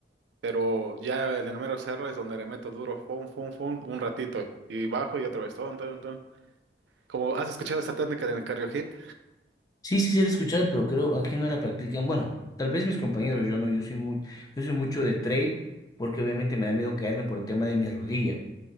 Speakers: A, on the right; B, on the left.
A: Pero ya en el mero cerro es donde le meto duro, fum, fum, fum, un ratito. Y bajo y otra vez, ton, ton, ton. Como has escuchado esta técnica del cardio hit.
B: sí, sí, sí, lo he escuchado, pero creo aquí no la practican. Bueno, tal vez mis compañeros, yo no, yo soy muy, yo soy mucho de trail, porque obviamente me da miedo caerme por el tema de mi rodilla.